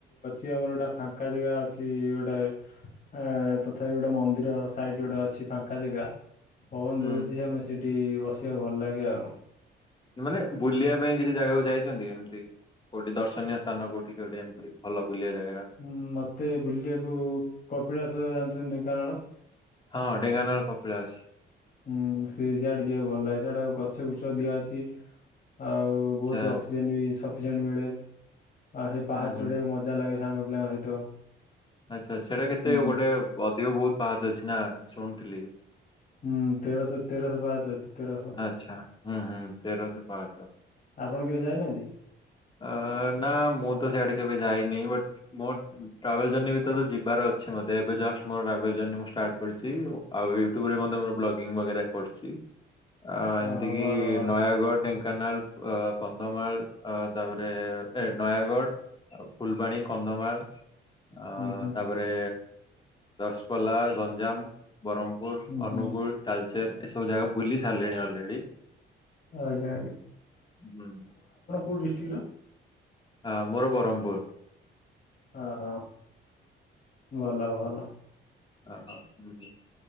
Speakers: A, on the left; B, on the left.
A: ଅଛି ଆମର ଗୋଟା ଫାଙ୍କା ଜାଗା ଅଛି ଗୋଟେ ଏଁ ତଥାପି ଗୋଟେ ମନ୍ଦିର ସାଇଡରେ ଗୋଟେ ଅଛି ଫାଙ୍କା ଜାଗା ପବନ
B: ହୁଁ
A: ଦଉଛି, ସେ ଆମେ ସେଇଠି ବସିବାକୁ ଭଲ ଲାଗେ ଆଉ।
B: ମାନେ ବୁଲିବା ପାଇଁ କିଛି ଜାଗାକୁ ଯାଇଛନ୍ତି ଏମିତି। କୋଉଠି ଦର୍ଶନୀୟ ସ୍ଥାନ କୋଉଠି ଗୋଟେ ଏମିତି ଭଲ ବୁଲିବା ଜାଗା?
A: ଉଁ ମତେ ବୁଲିବାକୁ କପିଳାଶ ଜାଣିଛନ୍ତି ଢେଙ୍କାନାଳ
B: ହଁ ଢେଙ୍କାନାଳ କପିଳାସ।
A: ଉଁ ସେ ସେଇଆଡେ ଯିବାକୁ ଭଲ ଲାଗେ ସେଇଆଡା ଗଛ ଫୁଛ ଦିଆ ଅଛି। ଆଉ
B: ଆଚ୍ଛା
A: ବହୁତ ଅକ୍ସିଜେନ୍ ବି ସଫିସିଏଣ୍ ମିଳେ ଆଉ ସେ ପାହା
B: ହୁଁ ହୁଁ
A: ଚଢିବାକୁ ମଜା ଲାଗେ ସାଙ୍ଗ ପିଲାଙ୍କ ସହିତ।
B: ଆଚ୍ଛା ସେଇଟା କେତେ
A: ଉଁ
B: ଗୋଟେ ଅଧିକ ବହୁତ ପାହାଚ ଅଛି ନା ଶୁଣିଥିଲି।
A: ହୁଁ ତେରଶହ ତେରଶହ ପାଚ ଅଛି। ତେରଶହ
B: ଆଚ୍ଛା ହୁଁ ହୁଁ ତେରସ ପାହାଚ।
A: ଆପଣ କେବେ ଯାଇନାହାନ୍ତି?
B: ‌ଆ ନା ମୁଁ ତ ସିଆଡେ କେବେ ଯାଇ ନି ବଟ୍ ମୋର ଟାୱାଲ ଜର୍ଣ୍ଣି ବି ତ ଯିବାର ଅଛି ମତେ ଏବେ ଜଷ୍ଟ ମୋର ଟ୍ରାବେଲ ଜର୍ଣ୍ଣି ମୁଁ ଷ୍ଟାର୍ଟ କରିଛି। ଆଉ ୟୁଟ୍ୟୁବରେ ଅନ୍ଦର୍ ମୋର ବ୍ଲଗିଂ କରୁଛି। ଅ ଏମିତି
A: ଓହୋ
B: କିି
A: ଭଲ ଭଲ
B: ନୟାଗଡ ଢେଙ୍କାନାଳ ଅ କନ୍ଧମାଳ ଅ ତାପରେ ଏ ନୟାଗଡ଼ ଆଉ ଫୁଲବାଣୀ, କନ୍ଧମାଳ ଅ
A: ହୁଁ ହୁଁ
B: ତାପରେ ରଶପଲ୍ଲା, ଗଞ୍ଜାମ ବରମ୍ପୁର,
A: ହୁଁ
B: ଅନୁଗୁଳ
A: ହୁଁ
B: ତାଲଚେର ଏସବୁ ଜାଗାକୁ ପୋଲିସ ଆରିଲେଣି ଅଲରେଡି
A: ଆଜ୍ଞା
B: ହୁଁ।
A: କଉଡିଷ୍ଟିକ୍ ର?
B: ହ ମୋର ବରମପୁର।
A: ଓହୋ ଭଲ ଭଲ।
B: ଓହୋ ହୁଁ ହୁଁ।